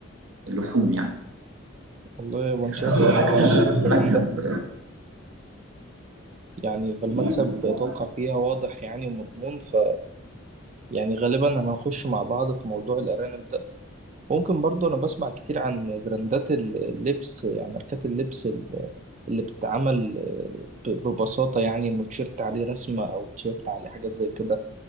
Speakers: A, on the right (about 80°); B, on the right (about 35°).
A: لحوم يعني
B: والله انا
A: فمكسب
B: شايف ان دي حاجة
A: مكسب
B: جامدة يعني فالمكسب
A: مكسب
B: اتوقع فيها واضح يعني ومضمون ف يعني غالبا انا هخش مع بعض في موضوع الارانب ده ممكن برضه انا بسمع كتير عن براندات ال- اللبس يعني ماركات اللبس ال- اللي بتتعمل آه، ب- ببساطة يعني انه تيشيرت عليه رسمة او تيشيرت عليه حاجات زي كده